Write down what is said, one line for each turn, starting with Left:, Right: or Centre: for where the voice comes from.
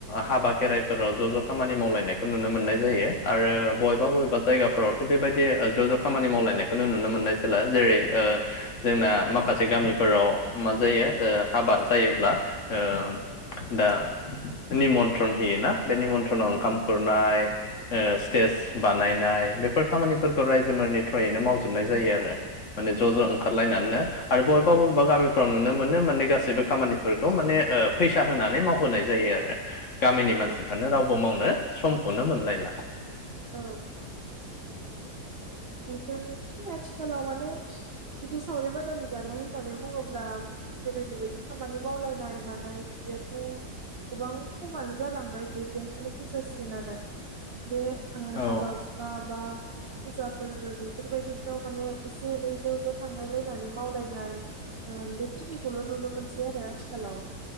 Left: हाबा खेराइफोराव ज' ज' खामानि मावलायनायखौ नुनो मोननाय जायो। आरो बबेबा
Right: औ
Left: बबेबा जायगाफोरावथ' बेबायदि ओ ज' ज' खामानि मावलायनायखौनो नुनो मोननाय जाला जेरै जोंना माखासे गामिफोराव मा जायो ओ हाबा जायोब्ला ओ दा निमन्थ्रन होयो ना बेनि निमन्थ्रनाव
Right: औ
Left: ओंखाम खुरनाय ओ स्टेज बानायनाय बेफोर खामानिफोरखौ रायजोफोरनि थ्रयैनो मावजोबनाय जायो आरो। माने ज'
Right: औ
Left: ज' ओंखारलायनानैनो
Right: औ
Left: आरो बय बाबेबा गामिफ्राव नुनो मोन माने गाससिबो खामानिफोरखौ माने फैसा होनानै मावहोनाय जायो आरो गामिनि
Right: औ
Left: मानसिफ्रानो रावबो मावनो समखौनो मोनलायला।
Right: औ। बेफोरनोसै आथिखालाव माने बिदि सावरि बादानि जानाय होननानै बुङोब्ला गोदोनि बायदि खामानि मावलायनाय मानाय बिदियाथ' गोबां खमानो जालांबाय गैलियाखौनो बुंजासिगोन आरो बे
Left: औ
Right: हाबा हुखा बा बोजाब फोरबो बेफोरबायदिफ्राव माने एसे एनै ज' ज' थांलायलायनानै मावलायनाय ओ बेखिनिखौल' नुनो मोनसै आरो आथिखालाव